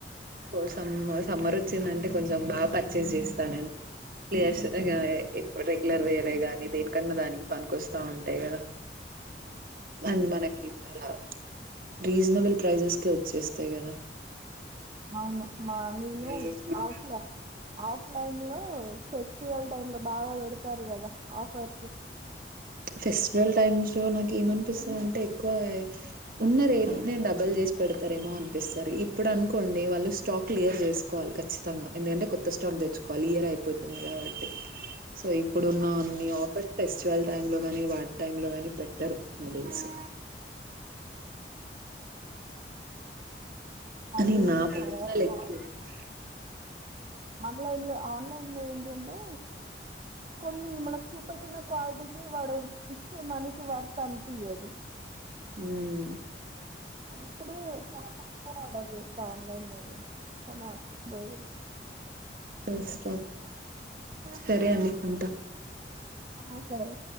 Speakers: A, on the right (about 50°); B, on the right (about 30°).
A: ఇడు సమ్ సమ్మ సమ్మర్ వచ్చిందంటే కొంచెం బాగా పర్చేస్ చేస్తా నేను ప్లేస్ ఇగ ఈ ఏ క్డు రెగ్యులర్ వే తే కాని దేనికన్నా దానికి పనికికొస్తా ఉంటాయి కదా అండ్ మనకి చాలా రీజనబుల్ ప్రైజెస్ కే వచ్చేస్తాయి కదా
B: అవును మా నను
A: ప్రైజెస్ కూడా
B: అవుట్ల ఆఫ్లైన్ లో ఫెస్టివల్ టైమ్ లో బాగా పెడతారు కదా ఆఫర్స్
A: ఫెస్టివల్ టైమ్స్ లో నాకు ఏమనిపిస్తుందింటే ఎక్కువ ఉన్న రేట్ ని డబల్ చేసి పెడతారేమో అనిపిస్తారు ఇప్పుడు అనుకోండి వాళ్ళు స్టాక్ క్లియర్ చేసుకోవాలి ఖచ్చితంగా ఎందుకంటే కొత్త స్టాక్ తెచ్చుకోవాలి ఇయర్ అయిపోతుంది కాబట్టి సో ఇప్పుడున్న అన్ని ఆఫర్స్ ఫెస్టివల్ టైమ్ లో గాని వాటి టైమ్ లో గాని పెట్టారు నాకు తెలిసి అని
B: నేను
A: నా పర్సనల్
B: చాలా వరకు
A: ఎక్స్పీరియన్స్
B: ఆన్లైన్ లో ఆన్లైన్ లో కొంటే కొన్ని మనకి చూపెట్టిన క్వాలిటీకి వాడు ఇచ్చే మనీకి వర్త్ అనిపియ్యాదు
A: హుమ్మ్
B: అందుకనే చాలా తక్కువ ఆర్డర్ చేస్తా ఆన్లైన్ లో నేను సనా బేయిరు
A: బెస్ట్ సరే అండి ఉంటా
B: ఆ సరే